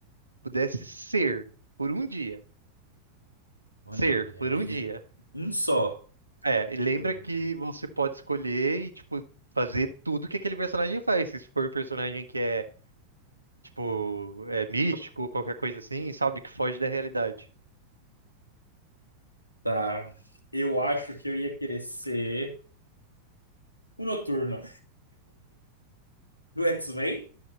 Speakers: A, on the right; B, on the left.
A: pudesse ser por um dia,
B: Olha
A: ser por
B: aí.
A: um dia.
B: Um só.
A: É, e lembra
B: Hum,
A: que você pode escolher e, tipo, fazer tudo que aquele personagem faz. Se for um personagem que é, tipo, é místico, qualquer coisa assim, sabe, que foge da realidade.
B: tá. Eu acho que eu ia querer ser o Noturno do X-Men.